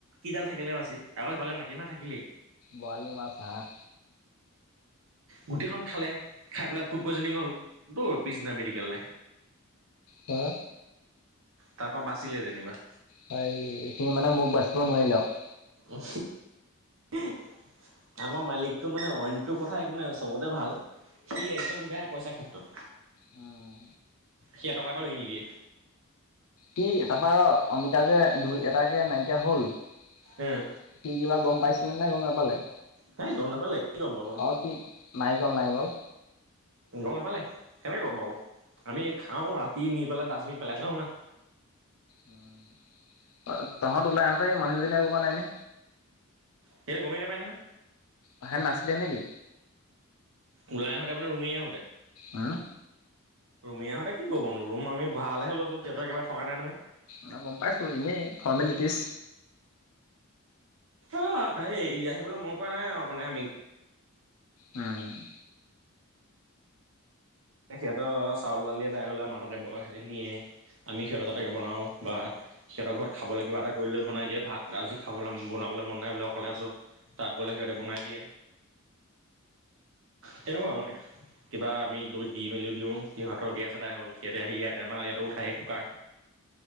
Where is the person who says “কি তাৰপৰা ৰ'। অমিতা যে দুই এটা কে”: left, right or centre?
Left